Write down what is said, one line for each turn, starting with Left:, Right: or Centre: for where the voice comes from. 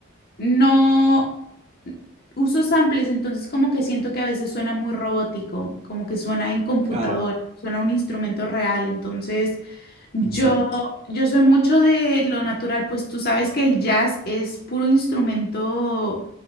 Left: No uso samples, entonces como que siento que a veces suena muy robótico, como que suena en computadora,
Right: claro.
Left: suena un instrumento real, entonces yo,
Right: Y sí.
Left: yo soy mucho de lo natural, pues tú sabes que el jazz es puro instrumento